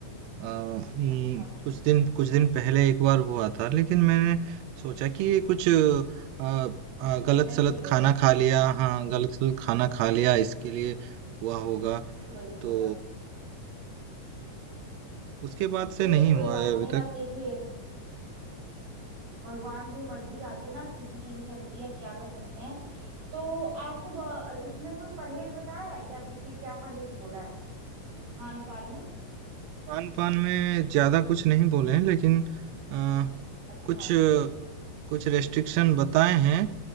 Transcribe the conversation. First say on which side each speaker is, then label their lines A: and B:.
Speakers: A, on the right (about 85°); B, on the right (about 60°).
A: आ, हम्म,
B: अच्छा
A: कुछ दिन कुछ दिन पहले एक बार हुआ था लेकिन मैंने सोचा कि ये कुछ आ, आ, गलत
B: ऐसे
A: सलत
B: ही हो
A: खाना
B: रहा है
A: खा लिया हाँ गलत सलत खाना खा लिया इसके लिए हुआ होगा
B: इसकी वजह से
A: तो
B: हो रहा है
A: उसके बाद से
B: चलिए
A: नहीं
B: कोई
A: हुआ
B: बात
A: है अभी
B: नहीं आप
A: तक
B: देखिए भगवान की मर्जी के आगे ना किसी की नहीं चलती अब क्या कर सकते हैं तो आपको ब- इसमें कोई परहेज बताया है क्या अभी के क्या परहेज बोला है खान पान में
A: खान पान में ज्यादा कुछ नहीं बोले हैं लेकिन आ,
B: अच्छा
A: कुछ कुछ रेस्ट्रिक्शन बताए हैं